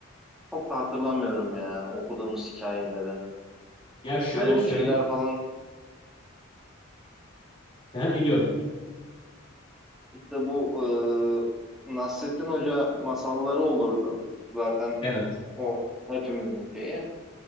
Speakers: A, in the centre; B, on the left.
A: çok da hatırlamıyorum ya okuduğumuz hikayeleri.
B: Ya şöyle
A: Hani bu
B: söyleyeyim.
A: şeyler falan
B: Ben dinliyorum.
A: işte bu e, Nasrettin Hoca masalları olurdu. Zaten
B: Evet.
A: o hepimizin şeyi.